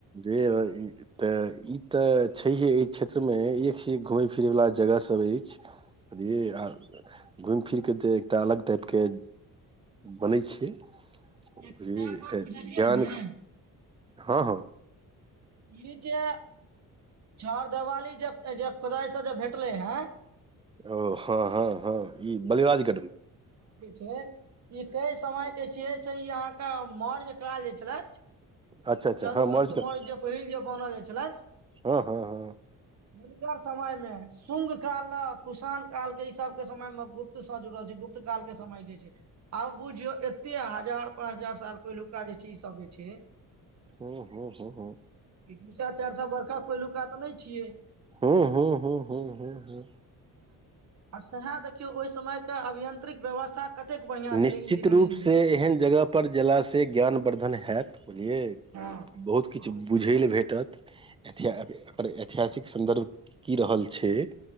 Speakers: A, on the right (about 15°); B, on the right (about 50°).
A: दे भइ ते ई ते छैहे एहि क्षेत्र मे एक से एक घूमे फिरे वालला जगह सब अछि बझलिय आ घूमि फिर के त एकटा अलग टाइप के के बनै छै
B: एकटा
A: बुझल
B: गप
A: एतऽ
B: बुझलियै
A: ज्ञान
B: ने
A: हँ हँ
B: ई जे छर देवाली जे जे खुदाइसँ जे भेटलै हे
A: ओ हँ हँ हँ ई बलिवाजकेटमे
B: ह ई क समय के छियै ई अहाँके मर जे करल जे छलथि
A: अच्छा अच्छा
B: चन्द्रगुप्त
A: हँ मर्जगढ़
B: मौर्य ज पहिल जे बनल जाइ छलै
A: हँ हँ हँ
B: हुनकर समय मे शंग काल ल कुसाण काल के ई सब के समय मे गुप्त से जुड़ल छै गुप्त काल के समय के छै आब बुझियौ एते हजार पाँच हजार साल पहिलुका जे छै ई सब जे छै
A: हूँ हूँ हूँ हूँ
B: ीस चारि स बर्षा पहिलुका तऽ नहि जी
A: हू हू हू हू ह ह
B: आओ सह देख क ओहि समय के अभियंत्रिक व्यवस्था कतेक बढ़ियां
A: निश्चित
B: छलै इंजीनियरिंग
A: रूपसँ
B: जे
A: एहन
B: छै
A: जगह पर जेलासँ ज्ञानवर्द्धन हयैत बुझलियै
B: हँ
A: बहुत किछु
B: हमसब
A: बुझय लए भेटत एति, एकर ऐतिहासिक सन्दर्भ की रहल छै।